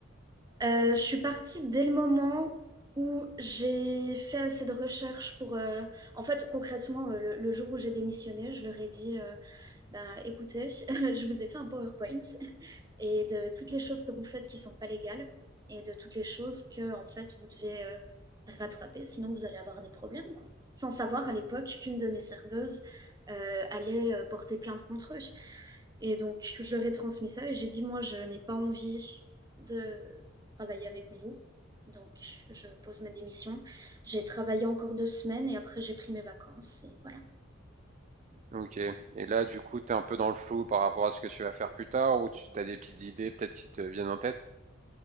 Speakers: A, on the right (about 20°); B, on the right (about 35°).
A: Euh, je suis partie dès le moment où j'ai fait assez de recherches pour... euh, En fait, concrètement, euh, le, le jour où j'ai démissionné, je leur ai dit, euh, ben, écoutez, <laughs> je vous ai fait un PowerPoint. et de toutes les choses que vous faites qui sont pas légales et de toutes les choses que en fait vous devez euh, rattraper, sinon vous allez avoir des problèmes quoi. Sans savoir à l'époque qu'une de mes serveuses euh, allait euh, porter plainte contre eux. Et donc je leur ai transmis ça et j'ai dit moi je n'ai pas envie de travailler avec vous. Donc je pose ma démission. J'ai travaillé encore deux semaines et après j'ai pris mes vacances et voilà.
B: Ok. Et là, du coup, t'es un peu dans le flou par rapport à ce que tu vas faire plus tard ou tu as des petites idées peut-être qui te viennent en tête?